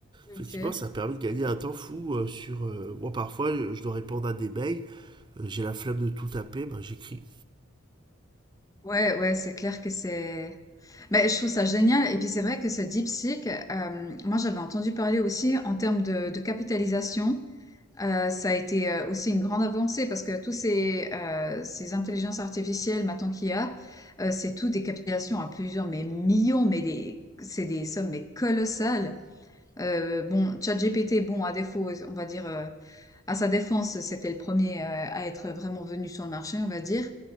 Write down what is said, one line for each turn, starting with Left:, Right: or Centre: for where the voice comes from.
Right: effectivement,
Left: OK.
Right: ça permet de gagner un temps fou euh, sur. euh, moi, parfois, je je dois répondre à des mails. euh, J'ai la flemme de tout taper. ben, J'écris
Left: Ouais, ouais, c'est clair que c'est. Mais je trouve ça génial. Et puis c'est vrai que ce DeepSeek, euh, moi j'avais entendu parler aussi en termes de, de capitalisation. Euh, ça a été euh, aussi une grande avancée parce que tous ces, euh, ces intelligences artificielles maintenant qu'il y a, euh, c'est tout des capitalisations à plusieurs mais millions, mais des c'est des sommes mais colossales. Euh, bon, ChatGPT, bon, à défaut, on va dire, euh, à sa défense, c'était le premier euh, à être vraiment venu sur le marché, on va dire.